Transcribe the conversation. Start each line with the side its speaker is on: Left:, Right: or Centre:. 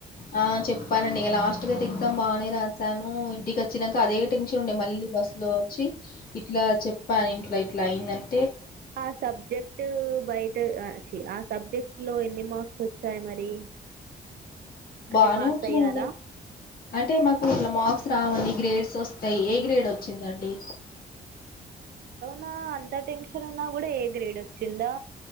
Left: ఆ చెప్పనండి ఇక లాస్ట్గా అయితే ఎగ్జామ్ బాగానే రాశాను ఇంటికి వచ్చినాక అదే టెన్షన్ ఉండే మళ్ళీ మళ్ళీ బస్ లో వచ్చి ఇట్లా చెప్పాను ఇంట్లో ఇట్లా అయిందని
Right: ఆ సబ్జెక్ట్ బయట ఆ చి సబ్జెక్ట్ లో ఎన్ని మార్క్స్ వచ్చాయి మరి అంటే
Left: బానే
Right: పాస్
Left: వచ్చాడి
Right: అయ్యారా
Left: అంటే మాకు ఇట్లా మార్క్స్ రావండి గ్రేడ్స్ వస్తా ఏ గ్రేడ్ వచ్చిందండి
Right: నా అంత టెన్షన్ ఉన్నా కూడా ఏ గ్రేడ్ వచ్చిందా